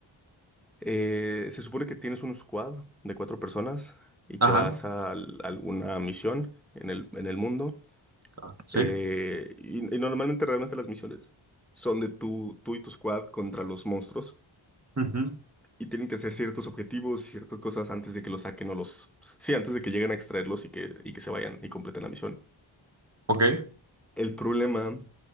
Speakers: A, in the centre; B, on the right.
A: Eh, se supone que tienes un squad de cuatro personas y
B: Ajá.
A: te vas a, al- alguna misión en el, en el mundo.
B: Ah, Sí.
A: Eh, y, y normalmente realmente las misiones son de tú, tú y tu squad contra los monstruos.
B: Ujú.
A: y tienen que hacer ciertos objetivos y ciertas cosas antes de que los saquen o los... Sí, antes de que lleguen a extraerlos y que, y que se vayan y completen la misión.
B: Ok.
A: El problema